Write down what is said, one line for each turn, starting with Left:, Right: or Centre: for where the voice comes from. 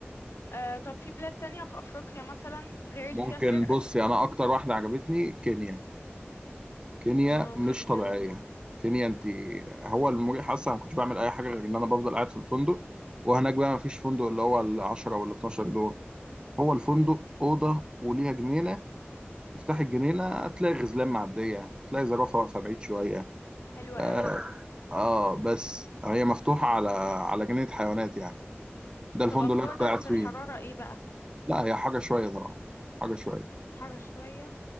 Left: آه طب في بلاد تانية في افريقيا مثلا غير
Right: ممكن
Left: اللي فيها سرقة
Right: بصي
Left: دي
Right: انا اكتر واحدة عجبتني كينيا كينيا
Left: اه
Right: مش
Left: كينيا
Right: طبيعية كينيا انت هو المريح اصلا ما كنتش بعمل اي حاجة غير ان انا بفضل قاعد في الفندق وهناك بقى ما فيش فندق اللي هو العشرة ولا 12 دور هو الفندق أوضة وليها جنينة تفتح الجنينة تلاقي غزلان معدية تلاقي زرافة واقفة بعيد شوية
Left: حلوة
Right: اه
Left: قوي
Right: آه، بس هي مفتوحة على على جنينة حيوانات يعني ده الفندق
Left: طب اخبار
Right: اللي أنا كنت
Left: درجة
Right: قاعد فيه
Left: الحرارة ايه بقى
Right: لا هي حاجة شوية طبعا حاجة شوية
Left: حر شوية